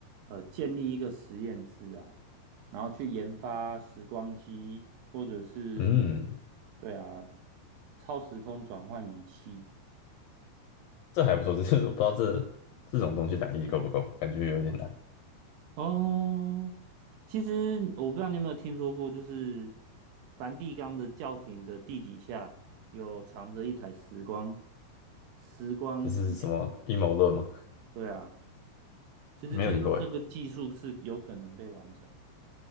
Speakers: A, on the right; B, on the left.
A: 呃建立一个实验室啊，然后去研发时光机，或者是
B: 嗯。
A: 对啊超时空转换仪器。
B: 这还不错，只是我不知道这这种东西两亿够不够，感觉有点难。
A: 哦，其实我不知道你有没有听说过，就是梵蒂冈的教廷的地底下有藏着一台时光时光机啊，
B: 这是什么阴谋论吗？
A: 对啊，就是听说这个技术是有可能被完成的，
B: 没有听过诶。